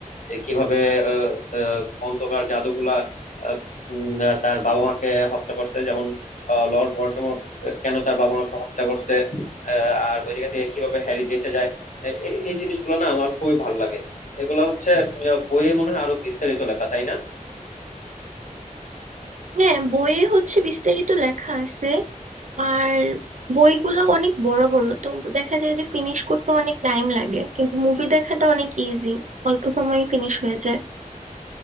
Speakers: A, on the left; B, on the right.
A: যে কিভাবে আহ, আহ, অন্ধকার জাদুগুলা আহ, উম, আহ, তার বাবা মাকে হত্যা করছে যেমন আহ, লর্ড ভলডেমর্ট কেন তার বাবা মাকে হত্যা করছে আহ, আর ওই জায়গা থেকে কিভাবে হ্যারি বেঁচে যায় এ- এ- এই জিনিসগুলো না আমার খুবই ভালো লাগে এগুলো হচ্ছে উম, আহ, বইয়ে মনে হয় আরো বিস্তারিত লেখা তাই না
B: হ্যাঁ বইয়ে হচ্ছে বিস্তারিত লেখা আছে আর বইগুলো অনেক বড় বড় তো দেখা যায় যে ফিনিশ করতে অনেক টাইম লাগে কিন্তু মুভি দেখাটা অনেক ইজি অল্প সময়ে ফিনিশ হয়ে যায়